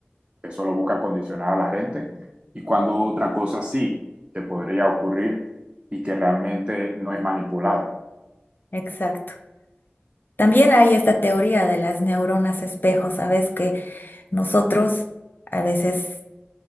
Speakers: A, on the right; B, on the left.
A: eso lo busca condicionar a la gente. Y cuando otra cosa sí que podría ocurrir y que realmente no es manipulada.
B: Exacto. También hay esta teoría de las neuronas espejo, ¿sabes? Que Nosotros a veces